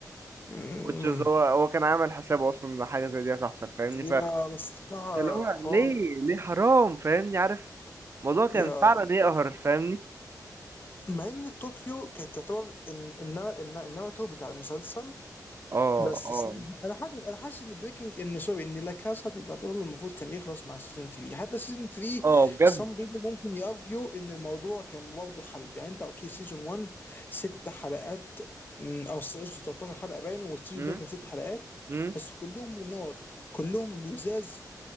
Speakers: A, on the left; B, on the right.
A: أمم.
B: which is هو هو كان عامل حسابه اصلا ان حاجة زي دي هتحصل فاهمني
A: يا بس الصراحة
B: اللي هو ليه
A: حوار
B: ليه حرام فاهمني عارف الموضوع كان
A: يا
B: فعلا يقهر فاهمني
A: مع ان طوكيو كانت تعتبر ان النار- النار- الناراتيف بتاع المسلسل
B: اه
A: بس
B: اه
A: الصراحة انا حاسس انا حاسس ان بريكنج ان سوري ان لا كاسا دي بابيل المفروض كان يخلص مع سيزون 3 حتى سيزون 3
B: اه بجد
A: some people ممكن يارجيو ان الموضوع كان برضه حلب يعني انت اوكي سيزون 1 ست حلقات م، او قصدي 13 حلقه باين والسيزون
B: مم،
A: الثاني كان ست حلقات
B: مم.
A: بس كلهم نور كلهم لزاز